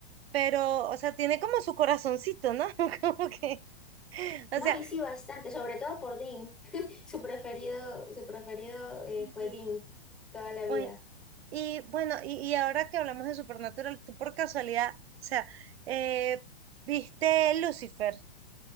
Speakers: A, on the right (about 85°); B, in the centre.
A: pero, o sea, tiene como su corazoncito, ¿no? <laughs> Como que, o
B: No,
A: sea,
B: y sí, bastante, sobre todo por Dean. <laughs> Su preferido, su preferido eh,
A: y,
B: fue Dean toda la
A: bueno,
B: vida.
A: y bueno, y, y ahora que hablamos de Supernatural, tú por casualidad, o sea, eh, ¿viste Lucifer?